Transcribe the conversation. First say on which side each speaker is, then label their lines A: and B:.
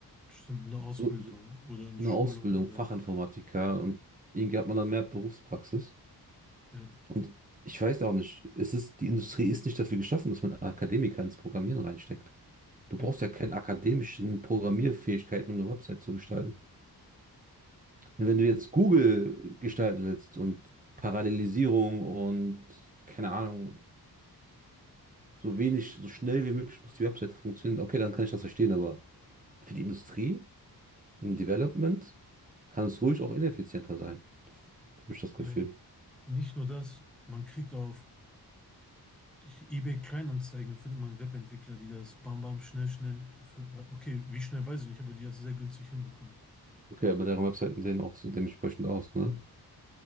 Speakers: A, in the centre; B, on the right (about 20°).
A: Stimmt, eine Ausbildung
B: So, so
A: oder eine
B: eine
A: Schulung
B: Ausbildung,
A: oder
B: Fachinformatiker und irgendwie hat man dann mehr Berufspraxis.
A: ja,
B: Und ich weiß auch nicht, es ist, die Industrie ist nicht dafür geschaffen, dass man Akademiker ins Programmieren reinsteckt. Du
A: ja,
B: brauchst ja keine akademischen Programmierfähigkeiten, um eine Website zu gestalten. Wenn du jetzt Google gestalten willst und Parallelisierung und keine Ahnung, so wenig, so schnell wie möglich muss die Webseite funktionieren, okay, dann kann ich das verstehen, aber für die Industrie, im Development, kann es ruhig auch ineffizienter sein, habe ich das Gefühl.
A: ja. Nicht nur das, man kriegt auf Ich, eBay Kleinanzeigen findet man Webentwickler, die das bam bam schnell schnell für, okay, wie schnell weiß ich nicht, aber die das sehr günstig hinbekommen.
B: Okay, aber deren Webseiten sehen auch so dementsprechend aus, ne?